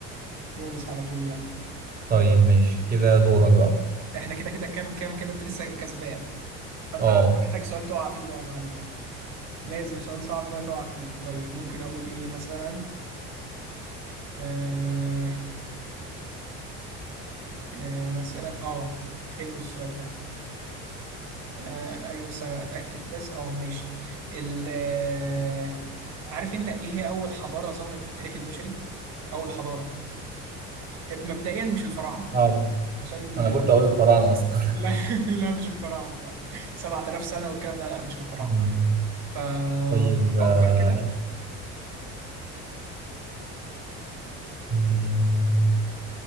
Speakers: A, on the right (about 65°); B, on the right (about 30°).
A: يونس على طول يعني
B: طيب ماشي كده دورك بقى
A: احنا كده كده كام كام كده انت لسه كسبان فانت
B: اه
A: محتاج سؤال تقع فيه بقى يا معلم لازم سؤال صعب بقى تقع فيه طيب ممكن اقول ايه مثلا آه آه مثلا اه حلو السؤال ده آه ايوه بس اتاكد بس اه ماشي ال آه، عارف انت ايه هي اول حضارة ظهرت في التاريخ البشري اول حضارة مبدئيا مش الفراعنة
B: فعلا.
A: عشان
B: انا
A: آه،
B: كنت اقول الفراعنة اصلا <laughs>
A: لا <laughs> لا مش الفراعنة لا 7000 سنة والكلام ده لا مش الفراعنة
B: مم.
A: ففكر
B: طيب آه،
A: كده
B: مم.